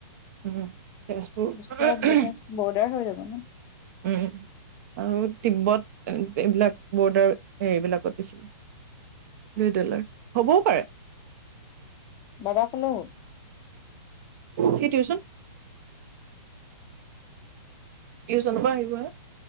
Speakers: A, on the right; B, on the left.
A: উম তেজপুৰ
B: তেজপুৰত
A: <unintelligible>
B: যথেষ্ট বৰ্ডাৰ হৈ যাব ন
A: উম আৰু তিব্বত <unintelligible> এইবিলাক বৰ্ডাৰ হেৰিবিলাকত দিছিলে ৰেড এলাৰ্ট হ'বও পাৰে। <inaudible>
B: বাবা কলৈ গ'ল <unintelligible>
A: সি টিউচন <unintelligible> টিউচনৰ পৰা আহিব‌হে